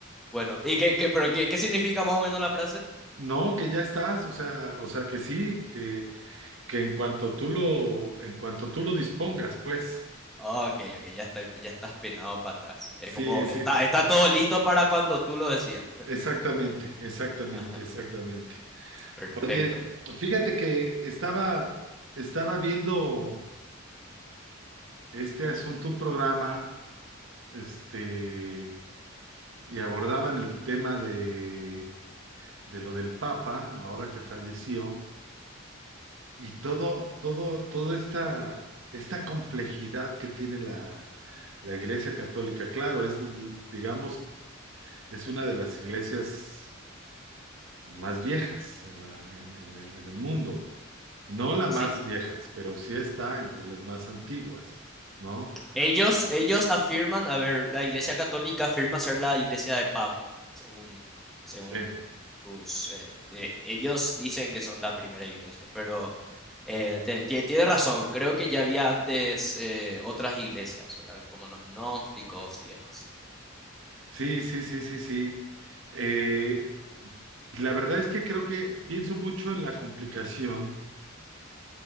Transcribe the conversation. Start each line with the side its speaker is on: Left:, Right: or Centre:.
Centre: bueno, ¿y qué, qué- pero qué, qué significa más o menos la frase?
Right: No, que ya estás, o sea, o sea que sí, que, que en cuanto tú lo, en cuanto tú lo dispongas, pues.
Centre: Ah, ok, ok, ya está, ya estás penado para atrás. Es
Right: Sí,
Centre: como,
Right: sí.
Centre: está, está todo listo para cuando tú lo decidas. <laughs>
Right: Exactamente, exactamente,
Centre: Ajá,
Right: exactamente.
Centre: perfecto.
Right: Oye, fíjate que estaba, estaba viendo este asunto, un programa, este, y abordaban el tema de, de lo del Papa, ahora que falleció, y todo, todo, toda esta, esta complejidad que tiene la, la Iglesia Católica. Claro, es, digamos, es una de las iglesias. más viejas en la, en, en el, en el mundo. No las
Centre: Sí.
Right: más viejas, pero sí está entre las más antiguas, ¿no?
Centre: Ellos, ellos afirman, a ver, la Iglesia Católica afirma ser la Iglesia de Pablo, según, según
Right: Sí,
Centre: sus, eh, de- ellos dicen que son la primera iglesia, pero eh, te- tie- tiene razón, creo que ya había antes eh, otras iglesias, ¿verdad? Como los gnósticos y demás.
Right: sí, sí, sí, sí, sí. Eh, la verdad es que creo que pienso mucho en la complicación